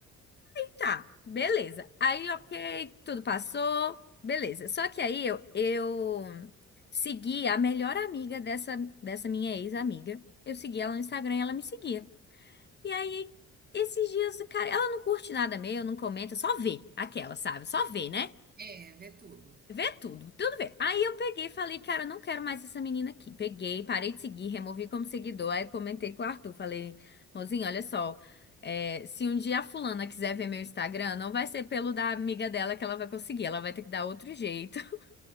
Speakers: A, on the left; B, on the right.
A: Tá, beleza. Aí, ok, tudo passou, beleza. Só que aí eu, eu segui a melhor amiga dessa, dessa minha ex-amiga. Eu segui ela no Instagram e ela me seguia. E aí, esses dias, cara, ela não curte nada meu, não comenta, só vê aquela, sabe? Só vê, né?
B: É, vê tudo.
A: Vê tudo, tudo vê. Aí eu peguei e falei, cara, eu não quero mais essa menina aqui. Peguei, parei de seguir, removi como seguidor. Aí comentei com o Arthur, falei, mozinho, olha só, é, se um dia a fulana quiser ver meu Instagram, não vai ser pelo da amiga dela que ela vai conseguir, ela vai ter que dar outro jeito. <laughs>